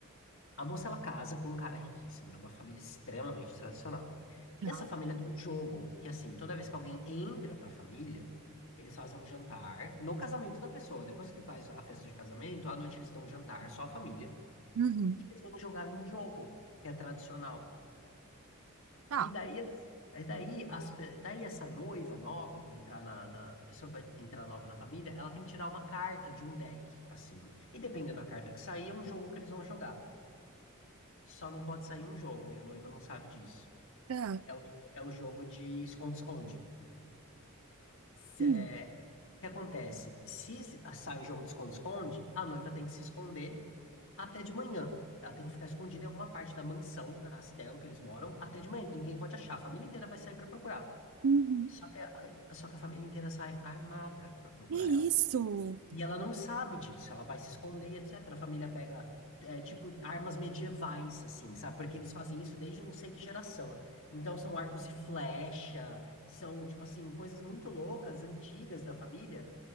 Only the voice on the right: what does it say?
Não.
Tá.
Uhum.
Tá.
Tá.
Hum.
Uhum.
Que
isso?